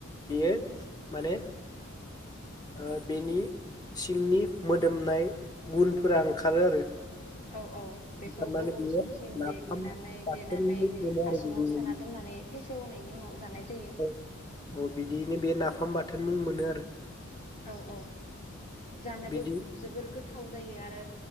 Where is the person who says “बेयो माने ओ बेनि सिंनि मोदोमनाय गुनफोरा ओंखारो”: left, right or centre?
Left